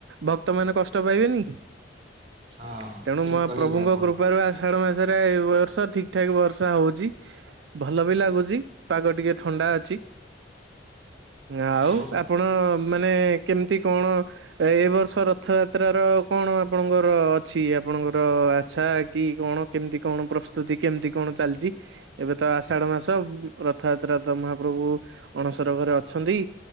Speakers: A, on the right; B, on the right.
A: ଭକ୍ତ ମାନ କଷ୍ଟ ପାଇବେନି
B: ହଁ
A: ତେଣୁ
B: ଠିକ
A: ମହାପ୍ରଭୁଙ୍କ
B: କହିଲେ ଆପଣ
A: କୃପାରୁ ଆସ ଆଷାଢ଼ ମାସରେ ଏ ବର୍ଷ ଠିକ୍ ଠାକ୍ ବର୍ଷା ହଉଛି। ଭଲ ବି ଲାଗୁଛି ପାଗ ଟିକେ ଥଣ୍ଡା ଅଛି। ଆଉ
B: ବହୁତ
A: ଆପଣ ମାନେ କେମିତି କଣ ଏ ବର୍ଷ ରଥଯାତ୍ର ର କଣ ଆପଣଙ୍କର ଅଛି ଆପଣଙ୍କର ଆଚ୍ଛା କି କଣ? କେମିତି କଣ ପ୍ରସ୍ତୁତି କେମିତି କଣ ଚାଲିଛି ଏବେ ତ ଆଷାଢ ମାସ ତବ ରଥଯାତ୍ରା ତ ମହାପ୍ରଭୁ ଅଣସର ଘରେ ଅଛନ୍ତି।